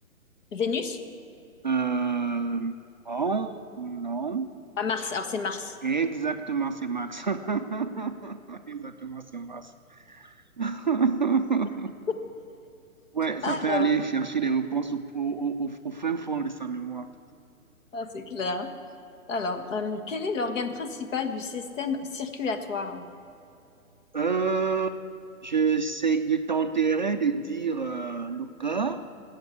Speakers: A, on the left; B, on the right.
A: Vénus?
B: Euh, non, non.
A: à Mars. Alors, c'est Mars.
B: Exactement, c'est Max. <laughs> Exactement, c'est Max. <laughs>
A: <laughs>
B: Ouais, ça
A: Ok. alors
B: fait aller chercher les réponses au, au- au- au fin fond de sa mémoire.
A: Ah, c'est clair. Alors, euh, quel est l'organe principal du système circulatoire?
B: Euh, je sais, je tenterai de dire euh, le cas.